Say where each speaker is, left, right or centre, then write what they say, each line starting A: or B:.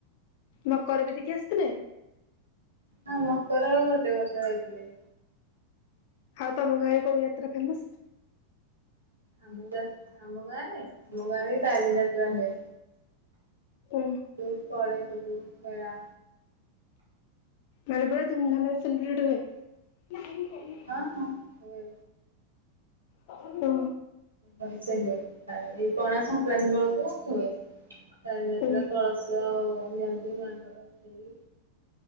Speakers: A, on the left; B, on the right.
A: ମକର ବି ଦେଖି ଆସିଥିଲେ?
B: ହଁ ମକର ଗୋଟେ ବର୍ଷ ଯାଇଥିଲି।
A: ଆଉ ତମ ଗାଁରେ କୋଉ ଯାତ୍ରା ଫେମସ?
B: ଆମ ଯା ଆମ ଗାଁରେ, ଆମ ଗାଁରେ ତାରିଣୀ ଯାତ୍ରା ହୁଏ।
A: ଓ।
B: ବହୁତ ପଡେ ସବୁ ମେଳା।
A: ମାନେ ପୁରା ଧୁମଧାମରେ ସେଲିବ୍ରେଟ ହୁଏ।
B: ହଁ- ହଁ। ହୁଏ
A: ଓ।
B: ପରିଚୟ ହୁଏ, ଏଇ ପଣା ସଂକ୍ରାନ୍ତି ବେଳକୁ ହୁଏ। ତାରିଣୀ ଯାତ୍ରା,
A: ଓ
B: କଳସ ନିଅନ୍ତି ମାଆଙ୍କର ଉଠେଇକି।